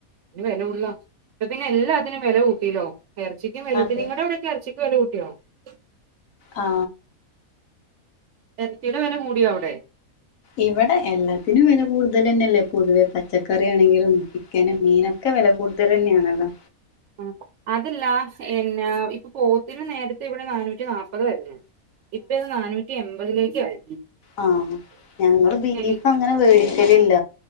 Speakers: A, on the right; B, on the left.
A: <unintelligible> വെല കൂട്ലോ പ്പൊ പിന്ന എല്ലാത്തിനും വെല കൂട്ടീലോ എറച്ചിക്കും വില കൂട്ടി
B: അതെ
A: നിങ്ങടെ വിടെക്ക എർച്ചക്ക് വെലൂട് <unintelligible>
B: ആ
A: എൽതീടെ വെല കൂടിയോ അവിടെ?
B: ഇവടെ എല്ലാത്തിനും വില കൂടുതലെന്നെല്ലേ പൊതുവെ പ ച്ചക്കറി ആണെങ്കിലും ചിക്കനും മീനൊക്കെ വെല കൂടുതലെന്നെയാണല്ലോ.
A: ആ അതല്ല എന്ന പ്പൊ പോത്തിന് നേരത്തെ ഇവിടെ നാനൂറ്റി നാല്പത് വര്ന്നു ഇപ്പ ത് നാനൂറ്റി എൺമ്പതിലേക്യായി
B: ആ ഹ ഞങ്ങള് ബീഫ്
A: എൽ
B: അങ്ങനെ വേടിക്കലില്ല.